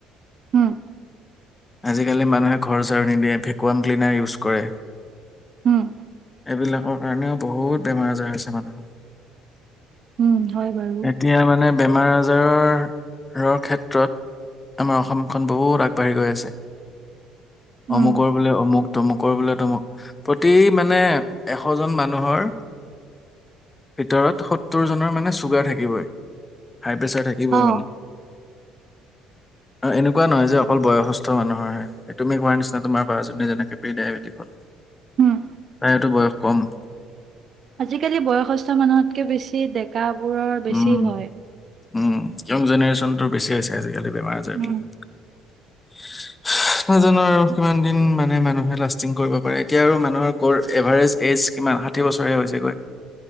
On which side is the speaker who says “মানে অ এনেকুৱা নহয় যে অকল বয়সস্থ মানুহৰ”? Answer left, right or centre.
Left